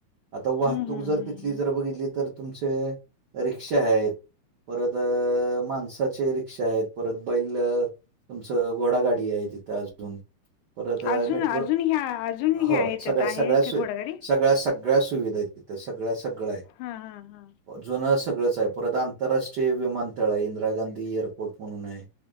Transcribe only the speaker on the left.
हम्म हम्म
हम्म
हम्म
अजून
अजून ह्या अजून
ह्या ह्याच्यात
आहे
का घोडागाडी
हा हा हा